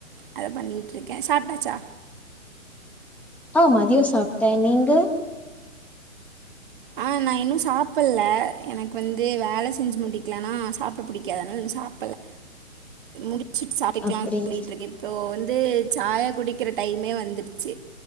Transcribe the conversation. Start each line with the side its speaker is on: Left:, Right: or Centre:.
Right: அத பண்ணிகிட்டுருக்க சாப்ட்டாச்சா
Centre: ஆ மதிய சாப்ட்ட நீங்க
Right: ஆ நா இன்னும் சாப்ட்ல எனக்கு வந்து வேல செஞ்சு முட்டிக்கலன்னா சாப்ப சாப்ட பிடிக்காது அதுனால இன்னு சாப்ட்டல முடிச்சு சாப்டுக்கலாம்னு
Centre: அப்டிங்
Right: சொல்லிட்டு இருக்க இப்போ வந்து சாயா குடிக்கிற டைமே வந்துருச்சு